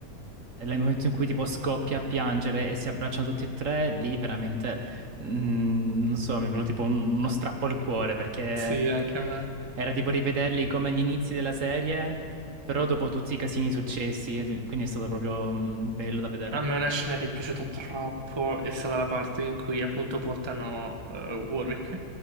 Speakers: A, on the right; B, on the right.
A: Nel momento in cui tipo scoppia a piangere e si abbracciano tutti e tre, lì veramente, mm, non so, mi è venuto tipo un- uno strappo al cuore perché
B: sì, anche a me.
A: era tipo rivederli come agli inizi della serie, però dopo tutti i casini successi, ed- quindi è stato proprio, mm, bello da vedere.
B: A me una scena che è piaciuta troppo è stata la parte in cui appunto portano eh, Warwick,